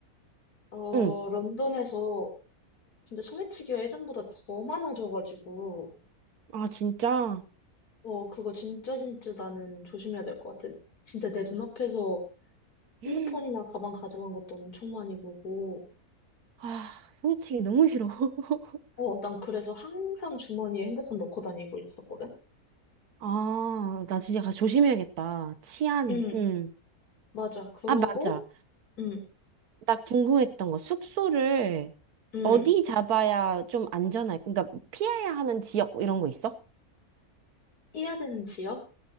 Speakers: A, on the left (about 85°); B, on the right (about 80°).
A: 어,
B: 응.
A: 런던에서 진짜 소매치기가 예전보다 더 많아져가지고,
B: 아, 진짜?
A: 어, 그거 진짜 진짜 나는 조심해야 될 것 같아. 진짜 내 눈앞에서
B: <gasps>
A: 핸드폰이나 가방 가져간 것도 엄청 많이 보고,
B: 아, 솔치기 너무 싫어. <laughs>
A: 어, 난 그래서 항상 주머니에 핸드폰 넣고 다니고 있었거든?
B: 아, 나 진짜 가- 조심해야겠다. 치안,
A: 응,
B: 응.
A: 맞아. 그러고,
B: 아, 맞아.
A: 응,
B: 나 궁금했던 거, 숙소를
A: 응.
B: 어디 잡아야 좀 안전할, 그러니까 피해야 하는 지역 이런 거 있어?
A: 해야 되는 지역?